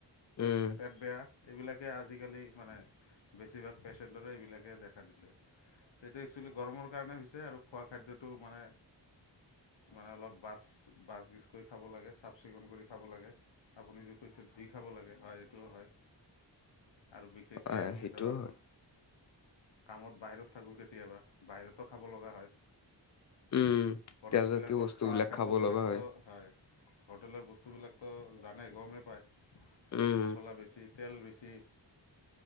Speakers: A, on the left; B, on the left.
A: মানে
B: উম,
A: পেট বেয়া এইবিলাক আজিকালি মানে বেছিভাগ পেচেণ্টৰে এইবিলাকে দেখা দিছে। সেইটো এক্চুৱেলি গৰমৰ কাৰণে হৈছে আৰু খোৱা খাদ্যটো মানে মানে অলপ বাছ বাছ গিচ কৰি খাব লাগে চাফ চিকুণ কৰি খাব লাগে আপুনি কছে ধুই খাব লাগে হয় এইটোও হয়। আৰু বিশেষকৈ
B: আহ,
A: আমি
B: সেইটো
A: ধৰক
B: হয়।
A: কামত বাহিৰত থাকো কেতিয়াবা বাহিৰতো খাব লগা হয়।
B: উম
A: হোটেল
B: তেলজাতীয়
A: বিলাকৰ
B: বস্তুবিলাক
A: খোৱা খাদ্যবিলাকতো
B: খাব লগা
A: হয় হোটেলৰ বস্তুবিলাক তো জানে গৰমেই পায়
B: উম,
A: মছলা বেছি তেল বেছি